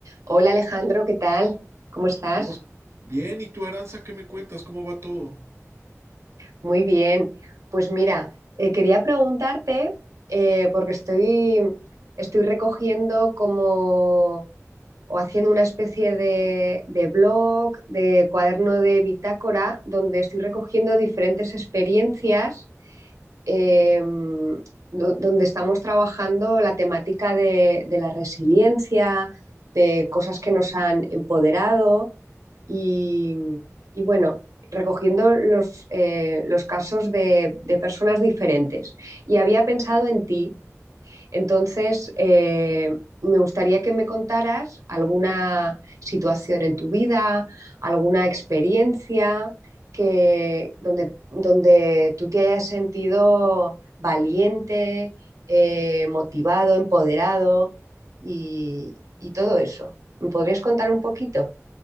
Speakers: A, on the right; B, on the right.
A: Hola Alejandro, ¿qué tal? ¿Cómo estás?
B: ¿Cómo es? Bien, ¿y tú, Aranza, qué me cuentas? ¿Cómo va todo?
A: Muy bien. Pues mira, eh, quería preguntarte, eh, porque estoy, estoy recogiendo como o haciendo una especie de, de blog, de cuaderno de bitácora, donde estoy recogiendo diferentes experiencias eh, do- donde estamos trabajando la temática de, de la resiliencia, de cosas que nos han empoderado. Y, y bueno, recogiendo los, eh, los casos de, de personas diferentes. Y había pensado en ti, entonces eh, me gustaría que me contaras alguna situación en tu vida, alguna experiencia que, donde, donde tú te hayas sentido valiente, eh, motivado, empoderado y, y todo eso. ¿Me podrías contar un poquito?